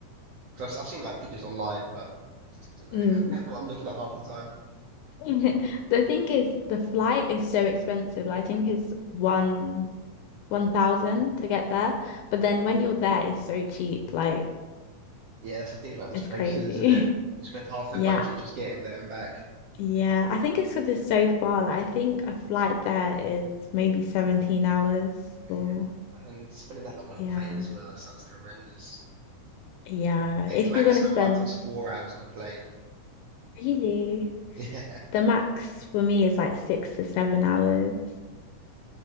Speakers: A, on the right (about 75°); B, on the left (about 80°).
A: Because I've, I've seen like pictures online, but <laughs> I
B: Mm.
A: don't know <laughs> what I'm looking at half the time.
B: <laughs> The thing is the flight is so expensive. Like, I think is one 1000 to get there, but then when you're there it's so cheap, like
A: Yeah, that's the thing about these
B: it's
A: places,
B: crazy.
A: isn't it?
B: <laughs>
A: You spend half the
B: Yeah,
A: budget just getting there and back.
B: Yeah, I think it's because it's so far. Like, I think a flight there is maybe 17 hours or
A: Yeah. And then spending that long on
B: yeah.
A: a plane as well sounds horrendous.
B: Yeah.
A: I
B: If
A: think the maximum
B: you're gonna spend
A: I've done is four hours on a plane.
B: really
A: <laughs> Yeah.
B: the max for me is like six to seven hours.